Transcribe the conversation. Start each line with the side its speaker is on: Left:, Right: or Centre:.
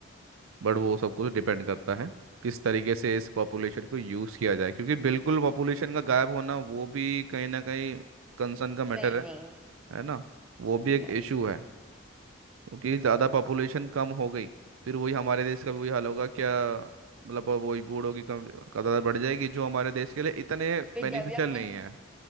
Right: बट वो सब कुछ डिपेंड करता है किस तरीके से इस पॉपुलेशन को यूज़ किया जाए क्योंकि बिल्कुल पॉपुलेशन का गायब होना वो भी कहीं ना कहीं कंसर्न का मैटर
Centre: सही
Right: है
Centre: नहीं है
Right: है ना वो भी एक
Centre: राइट
Right: इशू है क्योंकि ज़्यादा पॉपुलेशन कम हो गई फिर वही हमारे देश का भी वही हाल होगा क्या मतलब वही बूढ़ों की कम तादाद बढ़ जाएगी जो हमारे देश के लिए इतने
Centre: फिर
Right: बेनिफिशियल
Centre: डेवलपमेंट
Right: नहीं है